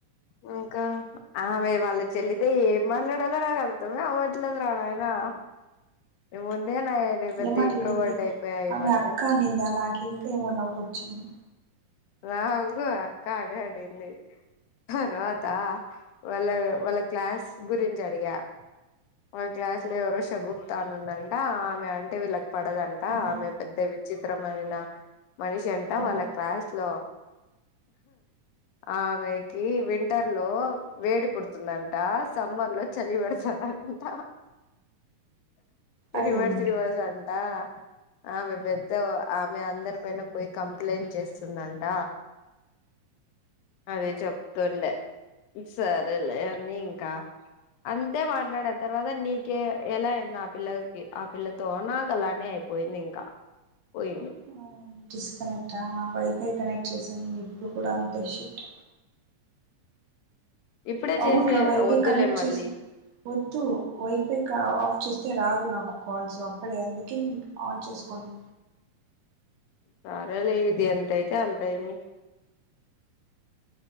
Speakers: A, on the left (about 80°); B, on the right (about 60°).
A: ఉమ్ ఇంకా ఆమె వాళ్ళ చెల్లితో ఏం మాట్లాడాలో నాకు అర్థమే అవ్వట్లేదు రా నాయనా ఇ ఒడ్డెనాయెర్రి పెద్ద
B: ఏం మాట్లాడింది
A: ఇంట్లో ఒడ్డె అయిపాయె ఈమధ్య
B: ఆమె అక్క అనిందా నాకు ఇంకా ఏమో నవ్వొచ్చింది
A: రాంగ అక్క ఆడి ఆడింది తర్వాత ఆ వాళ్ళ వాళ్ళ క్లాస్ గురించి అడిగా వాళ్ళ క్లాస్ లో ఎవరో షగుప్తా అని ఉందంట ఆమె అంటే వీళ్ళకి పడదంట
B: ఆహా
A: ఆమె పెద్ద విచిత్రమైన మనిషి అంటా
B: ఓహో
A: వాళ్ళ క్లాస్ లో ఆమెకి వింటర్ లో వేడి పుడుతుందంట సమ్మల్లో చలి పెడతాదంట
B: అయ్యయ్య
A: రివర్ రివర్స్ అంటా ఆమె పెద్ద ఆమె అందరు పైన పోయి కంప్లైంట్ చేస్తుందంట అదే చె ప్తుండే సరేలే ఇంకా అంతే మాట్లాడే తర్వాత నీకే ఎలా అయింది ఆ పిల్లకి ఆ పిల్లతో నాకు అలానే అయిపో పోయింది ఇంకా పోయింది
B: ఉమ్ డిస్కౌనెక్టా వైఫై కనెక్ట్ చేసాను న ఇప్పుడు కూడా అంతే షిఫ్ట్
A: ఇప్పుడే
B: అవునురా
A: చేసే
B: వైఫై
A: వద్దులే
B: కనెక్ట్
A: మళ్ళీ
B: చేసి వద్దు వైఫై కా చిస్తే రాదు నాకు కాల్స్ అప్పుడే అందుకే నేను ఆన్ చేసుకున్నా
A: సరేలే ఇది ఎంత అయితే అంత అయింది.